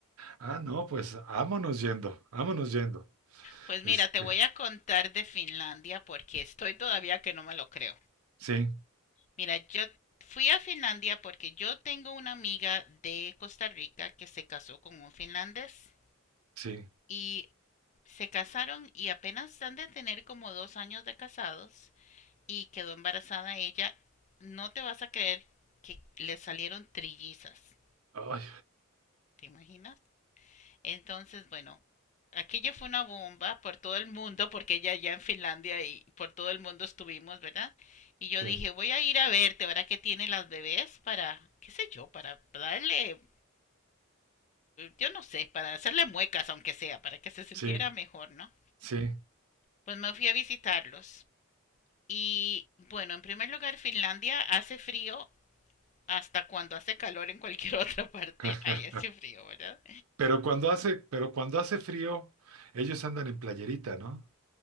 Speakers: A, on the right; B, on the left.
A: Ah, no, pues vámonos yendo, vámonos yendo.
B: Pues
A: Este,
B: mira, te voy a contar de Finlandia porque estoy todavía que no me lo creo.
A: sí,
B: Mira, yo fui a Finlandia porque yo tengo una amiga de Costa Rica que se casó con un finlandés
A: sí,
B: y Se casaron y apenas han de tener como dos años de casados y quedó embarazada ella. No te vas a creer que le salieron trillizas.
A: ay,
B: ¿Te imaginas? Entonces, bueno, aquello fue una bomba por todo el mundo, porque ella ya en Finlandia y por todo el mundo estuvimos, ¿verdad? Y yo
A: sí,
B: dije, voy a ir a verte ahora que tiene las bebés para, qué sé yo, para darle, yo no sé, para hacerle muecas, aunque sea, para que se sintiera
A: sí,
B: mejor, ¿no?
A: sí.
B: Pues me fui a visitarlos Y bueno, en primer lugar, Finlandia hace frío hasta cuando hace calor en cualquier <laughs> otra parte.
A: <laughs>
B: Ahí hace frío, ¿verdad?
A: Pero cuando hace, pero cuando hace frío, ellos andan en playerita, ¿no?